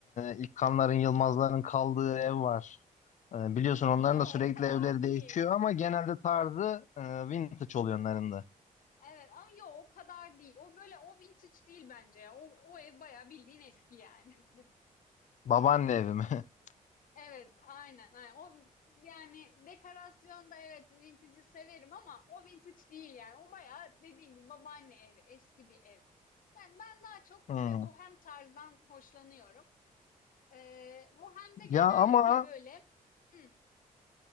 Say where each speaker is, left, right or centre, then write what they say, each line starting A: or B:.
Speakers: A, on the left; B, on the left.
A: e, İlkanların, Yılmazların kaldığı ev var. E, biliyorsun onların
B: Yo,
A: da sürekli
B: o kadar
A: evleri
B: değil.
A: değişiyor ama genelde tarzı e, vintage oluyor onların da.
B: Evet ama yo o kadar değil. O böyle o vintage değil bence ya. O, o ev bayağı bildiğin eski yani.
A: Babaanne evi mi? <laughs>
B: Evet, aynen, aynen. O yani dekorasyonda evet vintage'i severim ama o vintage değil yani. O bayağı dediğim gibi babaanne evi, eski bir ev. Yani ben daha çok
A: Hmm.
B: işte bohem tarzdan hoşlanıyorum. Ee, bohemde genellikle
A: Ya ama
B: böyle hmm,